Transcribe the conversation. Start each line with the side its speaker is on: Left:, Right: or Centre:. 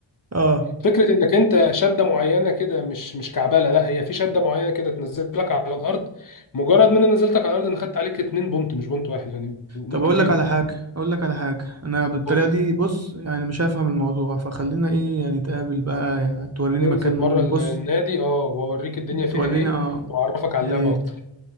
Right: اه
Left: فكرة انك انت شدة معينة كده مش مش كعبالة لا هي في شدة معينة كده تنزلك على الارض مجرد ما انا نزلتك على الارض انا خدت عليك اتنين بونت مش بونت واحد يعني نقطتين
Right: طب اقول لك على حاجة اقول لك على حاجة انا بالطريقة
Left: قول لي.
Right: دي بص يعني مش هفهم الموضوع فخلينا ايه يعني نتقابل بقى توريني
Left: ننزل
Right: مكان
Left: مرة ال-
Right: بص
Left: النادي اه واوريك الدنيا فيها
Right: تورينا
Left: ايه
Right: اه
Left: واعرفك على
Right: يا
Left: اللعبة
Right: ريت
Left: اكتر